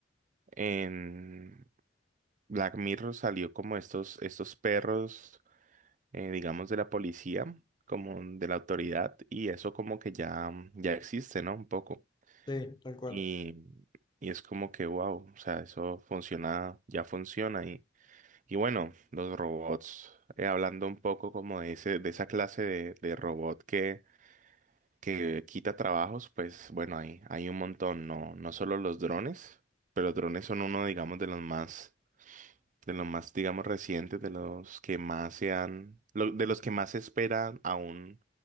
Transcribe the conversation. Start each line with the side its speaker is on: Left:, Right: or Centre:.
Right: En Black Mirror salió como estos, estos perros, eh, digamos, de la policía, como de la autoridad, y eso como que ya, ya existe, ¿no? Un poco.
Left: Sí, tal cual.
Right: Y, y es como que, wow, o sea, eso funciona, ya funciona. Y, y bueno, los robots, eh, hablando un poco como de ese, de esa clase de, de robot que, que quita trabajos, pues bueno, hay, hay un montón, no, no solo los drones, pero los drones son uno, digamos, de los más de los más, digamos, recientes, de los que más se han, lo- de los que más se esperan aún